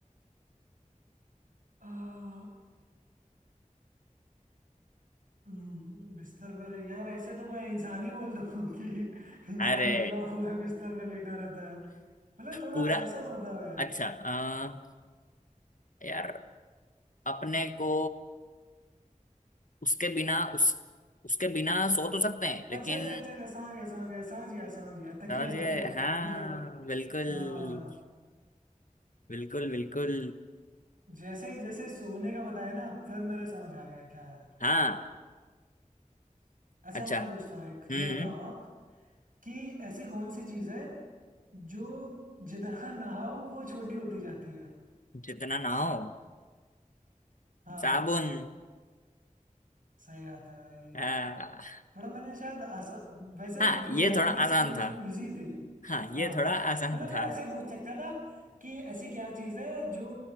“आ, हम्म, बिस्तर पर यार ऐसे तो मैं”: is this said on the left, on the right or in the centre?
Right